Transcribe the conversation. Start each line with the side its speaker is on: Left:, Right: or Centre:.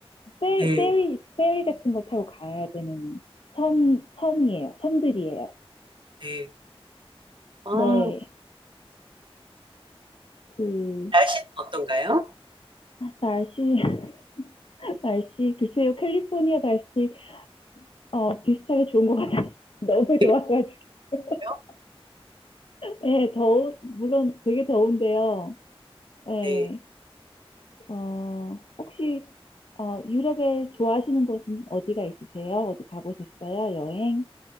Left: 페,
Right: 네,
Left: 페리, 페리 같은 걸 타고 가야 되는 선, 선이에요. 섬들이에요.
Right: 네. 아,
Left: 네. 그,
Right: 날씨는 어떤가요?
Left: 날씨, <laughs> 날씨, 글쎄요, 캘리포니아 날씨, 어, 비슷하게 좋은 것 같아요. <laughs> 너무
Right: 네,
Left: 좋아가지고. <laughs>
Right: 그래요?
Left: 예, 더운, 물론 되게 더운데요. 예,
Right: 네.
Left: 어, 혹시 어, 유럽에 좋아하시는 곳은 어디가 있으세요? 어디 가보셨어요? 여행?